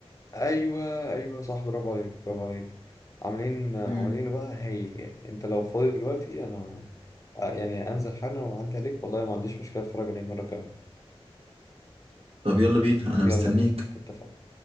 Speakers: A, on the left; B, on the right.
A: ايوه ايوه صح برافو عليك برافو عليك عاملين عاملين
B: مم.
A: بقى هايل يعني انت لو فاضي دلوقتي انا آه، يعني انزل حالا واعدي عليك والله ما عنديش مشكله اتفرج عليه مره كمان
B: طب يلا بينا انا
A: يلا
B: مستنيك
A: بينا اتفقنا